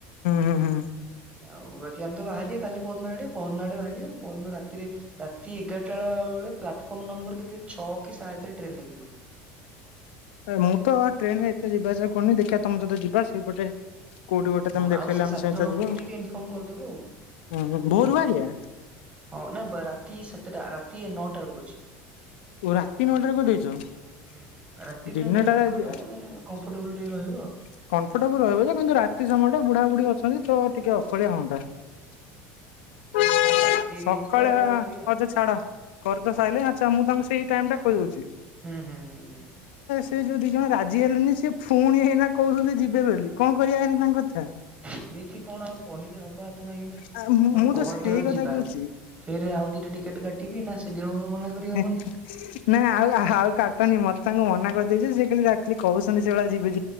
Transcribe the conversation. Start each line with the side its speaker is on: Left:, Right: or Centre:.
Left: ହୁଁ ହୁଁ।
Right: <inaudible> ଆଉ ଏ ଆମେ ତ ବାହାରିଆ କାଲି ପହରି ଦିନ ଆଡେ, ପହରିଦିନ ଆଡ଼େ ବାହାରିଆ ଆଉ। ପହରିଦିନ ରାତିରେ, ରାତି ଏଗାରଟା ବେଳେ ପ୍ଲାଟଫର୍ମ ନମ୍ବର କେତେ ଛଅ କି ସାତରେ ଟ୍ରେନ ଲାଗିବ।
Left: ଏ ମୁଁ ତ ଟ୍ରେନ ରେ ଏତେ ଯିବା ଆସିବା କୁରୁନି, ଦେଖିଆ ତମେ ଯଦି ଯିବା। ସେଇପଟେ କୋଉଠି ଗୋଟେ
Right: ହଁ
Left: ତମେ ଦେଖେଇଲେ
Right: ଆଉ ସେ
Left: ଆମେ
Right: ସାତ
Left: ସେମିତିଆ
Right: ଜଣଙ୍କୁ
Left: ଯିବା
Right: ବି ଟିକେ ଇନଫରମ କରିଦବ ଆଉ।
Left: ଆଉ ଭୋରୁ ବାହାରିବା
Right: <inaudible> ହଁ ନା ରାତି ସା ତା ରାତି ନଅଟା ବେଳକୁ ଅଛି।
Left: ଓ ରାତି ନଅଟା ରେ କରିଦେଇଚ?
Right: ହୁଁ
Left: <inaudible>
Right: ରାତି
Left: ଦିନଟା
Right: ଟ୍ରେନ ଟା କଣ
Left: ରେ
Right: କହିଲ ମାନେ କମ୍ଫର୍ଟେବୁଲ
Left: <inaudible>
Right: ଟିକେ ରହିବ ଆଉ।
Left: କମ୍ଫଟେବୁଲ ରହିବ ଯେ କିନ୍ତୁ ରାତି <unintelligible> ବୁଢା ବୁଢୀ ଅଛନ୍ତି ତ ଟିକେ ଅକଳିଆ ହଅନ୍ତା । <unintelligible>
Right: ଆଉ କାଟି
Left: ସକାଳିଆ,
Right: ଦେଇଛି ତ ଆଉ କଣ କରିବା
Left: ଆଛା ଛାଡ। କରିତ ସାଇିଲଣି, ଆଚ୍ଛା ମୁଁ ତାଙ୍କୁ ସେଇ ଟାଇମ ଟା କଇ ଦୋଉଚି।
Right: ହୁଁ ହୁଁ ହୁଁ ହୁଁ।
Left: ସେ ଯୋଉ ଦି ଜଣ ରାଜି ହେଲେନି, ସେ ଫୁଣି ହେଇନା କୋଉଛନ୍ତି ଯିବେ ବୋଲି। କଅ କରିଆ ଏଇନା ତାଙ୍କ କଥା?
Right: ଏମିତି କଣ ଆଉ କହିଲେ ହବ ଆପଣ ଏଇନା,
Left: ଆ
Right: ଆମର
Left: ମୁଁ
Right: ପହରି
Left: ତ ସେଇ
Right: ଦିନ
Left: କଥା
Right: ଯିବା,
Left: କହୁଛି
Right: ଫେରେ ଆଉ ଦିଟା ଟିକେଟ କାଟିବି ନା <unintelligible>
Left: <unintelligible>
Right: ହବନି।
Left: ନା ଆଉ-ଆଉ କାଟନି ମତେ ତାଙ୍କୁ ମନା କରିଦେଇଚି ।ସେ ଖାଲି ଯା କୋହୁଚନ୍ତି ସେଇଭଳିଆ ଯିବେ ଯିବେ ବୋଲି।